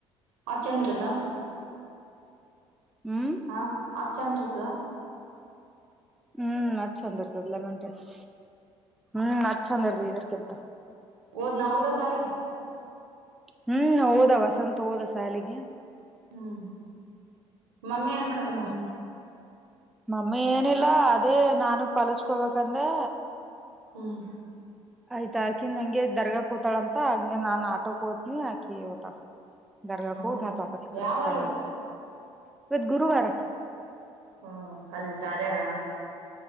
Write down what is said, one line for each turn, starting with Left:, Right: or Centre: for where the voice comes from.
Right: ಹ ಚಂದ್ರದಾ
Centre: ಹ್ಮ್
Right: ಹಾ ಆ ಚಂದ್ತದ
Centre: ಹ್ಮ್ ಅ ಚಂದ ಇರ್ತದ ಲೆಮನ್ ಡಸ್ ಹ್ಮ್ ಅ ಚಂದ ಇರ್ತ ಇದರ್ಕಿಂತ
Right: ಓದ ನ ಉಡುಗ ಚ
Centre: ಹ್ಮ್ ಹೋದ ವಸಂತ ಹೋದ ಸಾಲಿಗೆ
Right: ಹ್ಮ್ ಮಮ್ಮಿ ಏನ್ ಮಾಡಕತ್ತ
Centre: ಹ್ಮ್ ಮಮ್ಮಿ ಏನಿಲ್ಲ ಅದೇ ನಾನು ಕಲಸ್ಕೋಬೇಕಂದೆ
Right: ಹ್ಮ್
Centre: ಆಯ್ತಾ ಆಕಿ ನಂಗೆ ದರ್ಗಾ ಕತಾಳಂತ ಹಂಗೆ ನಾನ್ ಆಟೋ ಕೋತನಿ ಆಕಿ ತ ದರ್ಗಾಕ್ಕೆ
Right: ಹೌದಾ
Centre: ಹೋಗಿ ಮತ್ ವಾಪಸ್ ಕಡಬೇಕ
Right: ಯಾವಾರ
Centre: ಪ್ರಣಾಮ
Right: ಇವತ್ತ
Centre: ಗಿಡ ಇವತ್ ಗುರುವಾರ
Right: ಹಓ ಕಲ್ತಾರೆಗ